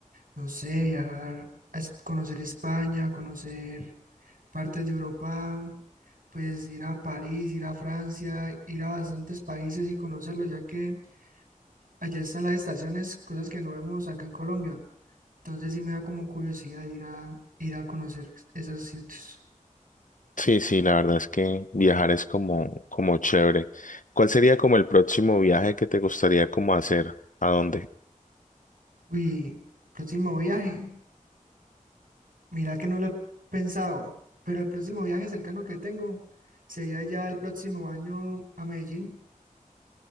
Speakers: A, on the right; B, on the left.
A: no sé, viajar a es- conocer España, conocer partes de Europa, pues ir a París, ir a Francia, ir a bastantes países y conocerlos, ya que Allá están las estaciones, cosas que no vemos acá en Colombia. Entonces sí me da como curiosidad ir a, ir a conocer esos sitios.
B: Sí, sí, la verdad es que viajar es como, como chévere. ¿Cuál sería como el próximo viaje que te gustaría como hacer? ¿A dónde?
A: Uy, próximo viaje. Mira que no lo he pensado, pero el próximo viaje cercano que tengo sería ya el próximo año a Medellín,